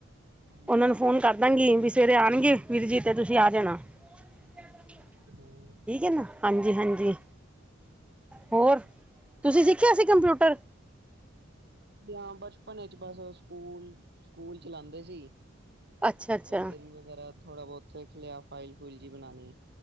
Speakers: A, on the right; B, in the centre.
A: ਹਾਂਜੀ
B: ਉਹਨਾਂ ਨੂੰ ਫ਼ੋਨ ਕਰਦਾਂਗੀ ਵੀ ਸਵੇਰੇ ਆਣਗੇ ਵੀਰ ਜੀ ਤੇ ਤੁਸੀਂ ਆ ਜਾਣਾ। ਠੀਕ
A: ਹਾਂ
B: ਹੈ ਨਾ। ਹਾਂਜੀ, ਹਾਂਜੀ। ਹੋਰ ਤੁਸੀਂ ਸਿੱਖਿਆ ਸੀ ਕੰਪਿਊਟਰ
A: ਹਾਂ ਬਚਪਨ ਵਿੱਚ ਬਸ ਸਕੂਲ ਸਕੂਲ ਚਲਾਉਂਦੇ ਸੀ
B: ਅੱਛਾ ਅੱਛਾ
A: ਉੱਧਰ ਹੀ ਵਗੈਰਾ ਥੋੜ੍ਹਾ ਬਹੁਤ ਸਿੱਖ ਲਿਆ ਫਾਈਲ ਫੂਲ ਜਿਹੀ ਬਣਾਉਣੀ